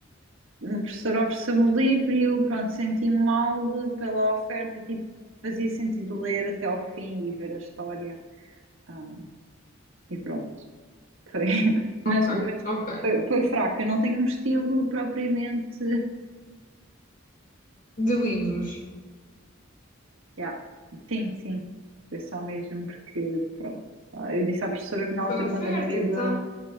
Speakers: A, on the right (about 80°); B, on the left (about 40°).
A: uma professora ofereceu-me o livro e eu, pronto, senti-me mal pela oferta e tipo, fazia sentido ler até ao fim e ver a história. Ah, e pronto. Foi. <laughs>
B: ok,
A: Mas, mas
B: ok,
A: foi, foi fraco. Eu não tenho um estilo propriamente.
B: de livros.
A: Yeah. Sim, sim. Foi só mesmo porque, pronto. ah, Eu disse à professora que na altura,
B: Foi a
A: quando
B: oferta,
A: era miúda,
B: então.